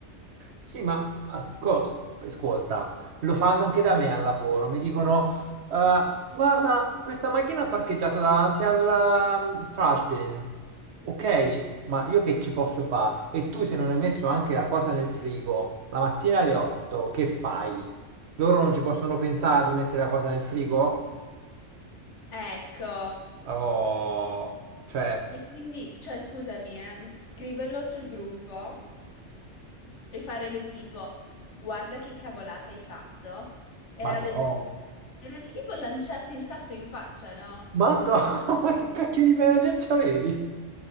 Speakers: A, on the right (about 65°); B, on the left (about 70°).
A: Sì, ma as- co- sc- ascolta, lo fanno anche da me al lavoro. Mi dicono, "Eh, guarda, questa macchina è parcheggiata davanti al ehm, trash bin. Ok, ma io che ci posso fare? E tu se non hai messo anche la cosa nel frigo, la mattina alle 8, che fai? Loro non ci possono pensare di mettere la cosa nel frigo?
B: Ecco.
A: Oh, cioè,
B: E quindi, cioè, scusami, eh, m- scriverlo sul gruppo e fare del tipo, guarda che cavolata hai fatto, era
A: madò,
B: del tipo, era del tipo lanciarti il sasso in faccia, no?
A: madò, <laughs> ma che cacchio di manager c'avevi?